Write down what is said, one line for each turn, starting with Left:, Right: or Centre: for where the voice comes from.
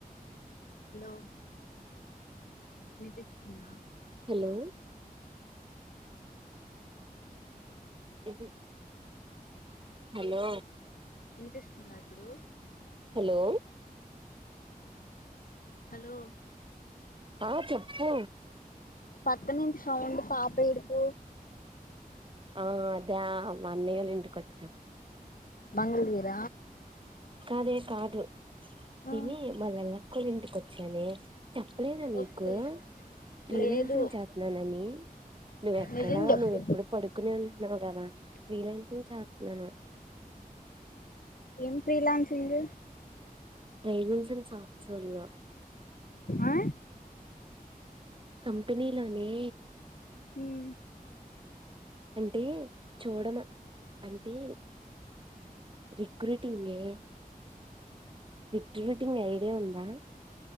Left: hello వినిపిస్తుందా
Right: హలో అ హలో
Left: వినిపిస్తుందా ఇప్పుడు
Right: హలో
Left: హలో
Right: ఆ చోపు
Left: పక్కనుంచి సౌండ్ పాప ఏడుపు
Right: ఓ అదే మా అన్నయ్యల ఇంటికొచ్చాం
Left: మంగళగిర
Right: <unintelligible> కాదు
Left: ఆ
Right: ఏంది మా లక్కోల్ల ఇంటికి వచ్చానే చెప్పలేదా నీకూ
Left: ఓకే
Right: ఫ్రీ
Left: లేదు
Right: లాన్సింగ్ చేత్తున్నాననీ. నువ్వెక్కడా
Left: నిజం చెప్పు
Right: నువ్వెప్పుడు పడుకునే వుంటున్నావు గదా ఫ్రీలాన్సింగ్ చేత్ నేను
Left: ఏం ఫ్రీ లాన్సింగూ
Right: రైవంసన్ సాఫ్ట్ సోల్ లా
Left: ఆ
Right: కంపెనీలానే
Left: హ్ము
Right: అంటే చూడమ అంటే రిక్రూటింగ్ ఏ రిక్రూటింగ్ ఐడియా ఉందా.